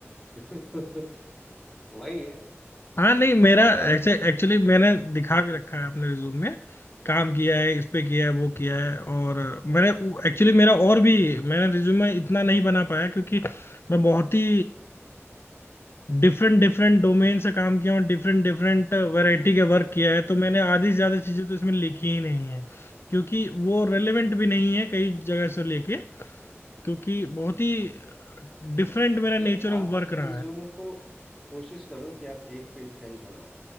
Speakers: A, in the centre; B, on the left.
A: <laughs> वही है
B: हाँ नहीं मेरा
A: उसके बाद
B: एक्चुअली मैंने दिखा भी रखा है अपने रिज्यूम में काम किया
A: हम्म।
B: है इस पे किया है वो किया है और मैंने एक्चुअली मेरा और भी मैंने रिज्यूमे इतना नहीं बना पाया क्योंकि मैं बहुत ही डिफरेंट डिफरेंट डोमेन से काम किया हूँ डिफरेंट डिफरेंट वैरायटी के वर्क किया है तो मैंने आधी से ज्यादा चीजें तो इसमें लिखी ही नहीं है क्योंकि वो रेलेवेंट भी नहीं है कई जगह से लेके क्योंकि बहुत ही डिफरेंट मेरा
A: नहीं
B: नेचर
A: नहीं आप
B: ऑफ
A: अपने
B: वर्क रहा
A: रिज्यूम
B: है
A: को कोशिश करो कि आप एक पेज का ही बनाओ